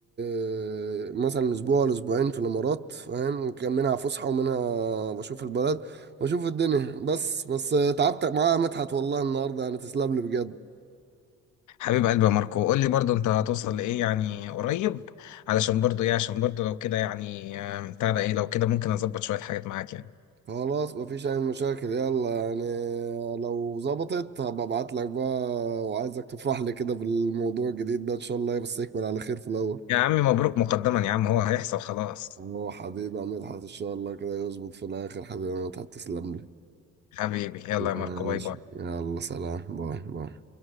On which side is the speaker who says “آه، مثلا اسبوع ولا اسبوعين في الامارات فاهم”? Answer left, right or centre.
Right